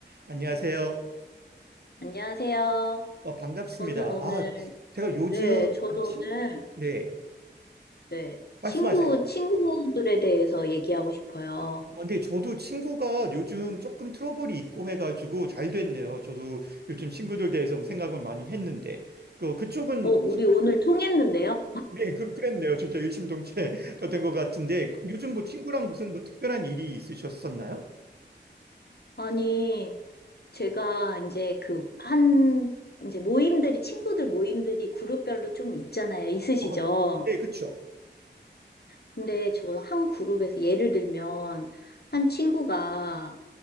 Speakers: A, on the right; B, on the left.
A: 안녕하세요.
B: 안녕하세요.
A: 어, 반갑습니다.
B: 저는 오늘,
A: 아, 제가 요즘,
B: 네, 저도
A: 아, 친,
B: 오늘,
A: 네,
B: 네, 친구,
A: 말씀하세요.
B: 친구들에 대해서 얘기하고 싶어요.
A: 어, 근데 저도 친구가 요즘 조금 트러블이 있고 해가지고 잘 됐네요. 저도 요즘 친구들 대해서 뭐 생각을 많이 했는데, 그, 그쪽은,
B: 어, 우리 오늘 통했는데요?
A: 네, 그, 그랬네요. 진짜 일심동체가 <laughs> 된 것 같은데, 그, 요즘 뭐 친구랑 무슨 뭐 특별한 일이 있으셨었나요?
B: 아니, 제가 이제 그, 한, 이제 모임들이, 친구들 모임들이 그룹별로 좀 있잖아요. 있으시죠?
A: 아, 네, 그쵸.
B: 근데 저 한 그룹에서 예를 들면, 한 친구가,